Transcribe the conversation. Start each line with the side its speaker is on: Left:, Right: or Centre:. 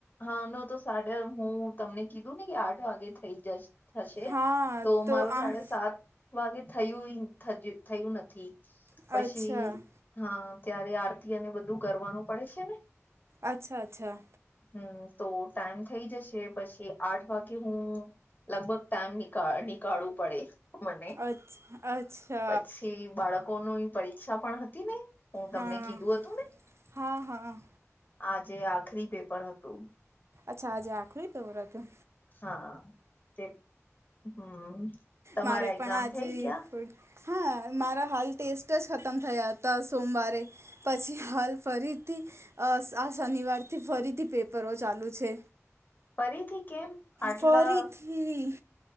Left: હા ન તો સાડાે હું તમને કીધું ને કે આઠ વાગે થઇ જશ. થશે
Right: હા
Left: તો મારું
Right: આ
Left: સાડાે સાત વાગે થયું, થયું નથી.
Right: અચ્છા
Left: પછી હા ત્યારે આરતી અને બધું કરવાનું પડે છે ને.
Right: અચ્છા, અચ્છા
Left: હમ તો ટાઈમ થઇ જશે પછી આઠ વાગે હું. લગભગ ટાઈમ નીકાળવું પડે મને
Right: અચ્, અચ્છા
Left: પછી બાળકોની પરીક્ષા પણ હતી ને હું તમને
Right: હા
Left: કીધું હતું ને
Right: હા હા
Left: આજે આખરી પેપર હતું.
Right: અચ્છા આજે આખરી પવર હત.
Left: હા તે હમ તમારા
Right: મારે
Left: એક્ઝામ
Right: પણ આજે
Left: થઈ ગયા
Right: હા મારા હાલ ટેસ્ટ જ ખતમ થયા હતા સોમવારે પછી હાલ ફરીથી આ શનિવારથી ફરીથી પેપરો ચાલુ છે.
Left: ફરીથી કેમ આટલા
Right: ફરીથી